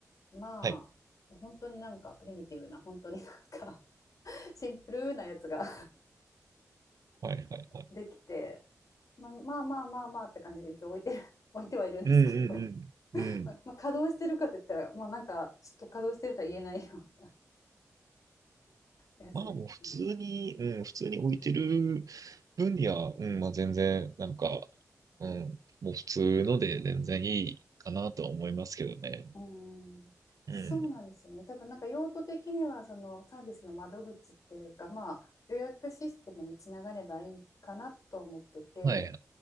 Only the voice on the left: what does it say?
まあ本当になんかプリミティブな本当になんか
<laughs> シンプルなやつが
できて、まあ、まあまあまあまあって感じで一応置いて <laughs> 置いてはいるんですけど、
<laughs>
まあ、まあ稼働してるかといったら、まあ、なんかちょっと稼働してるとは言えないようなやつですね。
うーんそうなんですよね。
多分なんか用途的にはそのサービスの窓口っていうか、まあ、予約システムにつながればいいかなと思ってて、